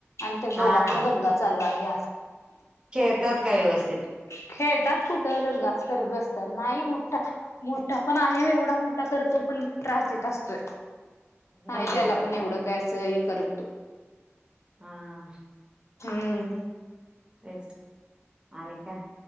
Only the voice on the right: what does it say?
हा हा
खेळतात काय व्यवस्थित?
दमबवतोय
हा हा
तेच आणि काय